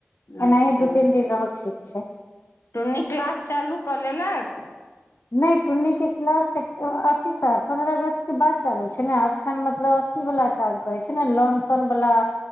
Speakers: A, on the left; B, on the left.
A: एनाहे
B: अच्छा
A: दू तीन दिन रहल ठीक छै
B: टुन्नी क्लास चालू कऽ लेलऽ कऽ
A: नहि टुन्नी के क्लाश अथी सँ पन्द्रह अगस्तके बाद चालू छै ने एखन मतलब अथी वाला काज करै छै ने लोन तोन वाला